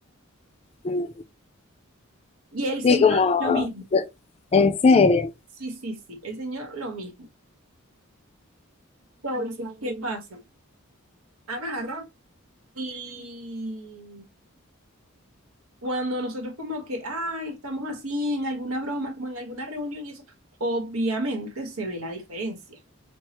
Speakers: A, on the left (about 30°); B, on the right (about 85°).
A: Mm,
B: Y el señor,
A: Sí, como,
B: lo mismo.
A: en serio,
B: Sí, sí, sí, el señor, lo mismo. Entonces, ¿qué pasa? Agarra y cuando nosotros como que, ay, estamos así en alguna broma, como en alguna reunión y eso, obviamente se ve la diferencia.